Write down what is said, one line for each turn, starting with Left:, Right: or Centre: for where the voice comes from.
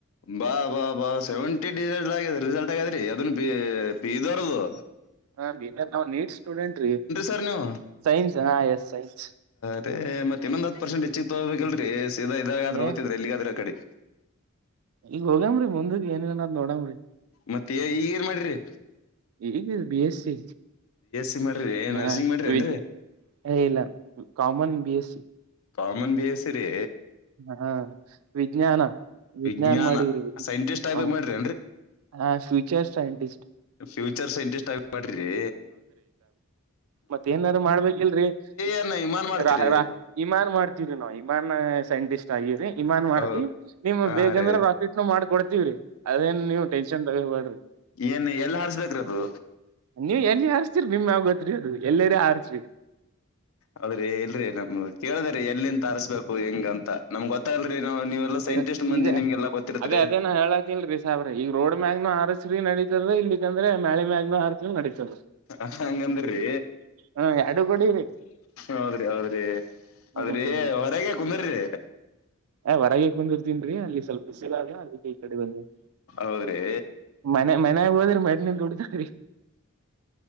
Left: ಬಾ ಬಾ ಬಾ ಸೆವೆಂಟಿ ಡಿಸ ಆ ರಿಸಲ್ಟ್ ಆಗಾದ್ರೀ ಅದನ್ನುಬೀದರದು
Right: ಹಾ ಬ ನಾ್ ನೀಟ್ ಸ್ಟೂಡೆಂಟ್ ರೀ
Left: ಸರ್ ನೀವು
Right: ಸೈನ್ಸ್ ಹಾ ಎಸ್ ಸೈನ್ಸ್
Left: ಮತ್ತೆ ಮತ್ತೆ ಇನ್ನೊ್ ಹತ್ ಪರ್ಸೆಂಟ್ ಹೆಚ್ಚಿಗೆ ತಗೋಬೇಕಲ್ರರಿ ಸೀದಾ ಇದಾಗ್ರ
Right: ಏ
Left: ಓದ್ತಿದ್ರಿ ಎಲ್ಲಿಗಾದ್ರ ಆ ಕಡೆ
Right: ಈಗ ಹೋಗ್ಯಾಮ್ರರಿ ಮುಂದಗ್ ಏನಿಲ್ಲ ಅದ್ ನೋಡಾಮ್ರಿ
Left: ಮತ್ತೆ ಈಗ ಏನ್ ಮಾಡಿರಿ
Right: ಈಗ ಬಿ ಎಸ್ ಸಿ
Left: ಸಿ ಮಾಡ್ರಿ
Right: ಹ
Left: ನರ್ಸಿಂಗ್ ಮಾಡ್ರಿ ಏನ್ರಿ
Right: ವಿದ್ಯ ಅ ಇಲ್ಲ common B S.
Left: Common B SE ರಿ
Right: ಹಾ ವಿಜ್ಞಾನ ವಿಜ್ಞಾನ್
Left: ವಿಜ್ಞಾನ
Right: ಮಾಡಿರುದು
Left: ಸೈಂಟಿಸ್ಟ್ ಆಗ್ಬೇಕ್
Right: ಹ
Left: ಮಾಡ್ರಿ
Right: ಹ ಫ್ಯೂಚರ್ ಸೈಂಟಿಸ್ಟ್
Left: ಫ್ಯೂಚರ್ಸ್ ಇಂಟ್ರೆಸ್ಟ್ ಆಗ್ಬಡ್ರಿರಿ
Right: ಮತ್ತ ಏನಾರು ಮಾಡ್ಬೇಕಿಲ್ರರಿಾ
Left: ಏನ್ ವಿಮಾನ ಮಾಡ್ತೀರಿ
Right: ಇಮಾನ್ ಮಾಡ್ತವಿ ನಾವ್ ಇಮಾನ್ ಸೈಂಟಿಸ್ಟ್ ಆಗಿರರಿ ಇಮಾನ್ ಮಾಡ್ನಿಮ್
Left: ಹೌ- ಹಾ
Right: ಬೇಗಂದ್ರೆ
Left: ರೀ
Right: ರಾಕೆಟ್ ನ ಮಾಡ್ಕ ಕೊಡ್ತೀವ್ರೀ ಅದೇನ್ ನೀವು ಟೆನ್ಷನ್ ತಗೋಬಡ್ರಿ
Left: ಏನ್ ಎಲ್ಲಿ ಹಾರಿಸ್ಬೇಕ್ರಿ ಅದು
Right: ನೀವು್ ಎಲ್ಲಿ ಹಾರ್ಸ್ತೀರಿ ಬಿಮ್ಮ ಯಾವ ಗೊತ್ರಿ ಅದು ಎಲ್ಲೆಡೆ ಹಾರ್ಸ್ರಿ
Left: ಹೌದ್ರಿ ಇಲ್ರಿ ನಮ್ ಕೇಳ್ದ್ರ ಎಲ್ಲಿಂತ ತಾರಸ್ಬೇಕು ಹೆಂಗ ಅಂತ ನಮ್ಗ್ ಗೊತ್ತಾಗಲ್ರಿ ನಾವ್ ನೀವೆಲ್ಲಾ ಸೈಂಟಿಸ್ಟ್
Right: ಈಗ
Left: ಮಂದಿ
Right: ಈಗ
Left: ನಿಮ್ಗೆಲ್ಲಾ ಗೊತ್ತಿರ್ತ್ರಿ
Right: ಅದೇ ಅದೇ ನಾ ಹೇಳಾತಿಲರಿ ಸಾಬ್ರ ಈಗ ರೋಡ್ ಮ್ಯಾಗನ ಹಾರಸ್ರೀ ನಡೀ. ಇಲ್ಲಿಕ್ಕಂದ್ರೆ ಮ್ಯಾಳಿ ಮ್ಯಾಗನೂ ಹಾರಸುರ ನಡೀತದ.
Left: ಹ ಹಂಗಂದುರಿ.
Right: ಹ್ಮ ಎರಡು ಕೊಡಿರಿ
Left: ಹೌದ್ರಿ ಹೌದ್ರಿ
Right: ಹ್ಮ್
Left: ಅದ್ರಿ
Right: ಹ್ಮ್ ಹ್ಮ್
Left: ಹೊರಗೆ ಕುಂದ್ರಿ.
Right: ಹೊರಗೆ ಕುಂದುರ್ತೀನ್ರೀ ಅಲ್ಲಿ ಸ್ವಲ್ಪ ಬಿಸಿಲ ಅದ ಅದ್ಕೆ ಈ ಕಡೆ ಬಂದಿನಿ.
Left: ಹೌದ್ರಿ
Right: ಮನೆ ಮನ್ಯಾಗ ಹೋದ್ರ ಮೆಟ್ನಿಂದ ದುಡಿತಾರಿ.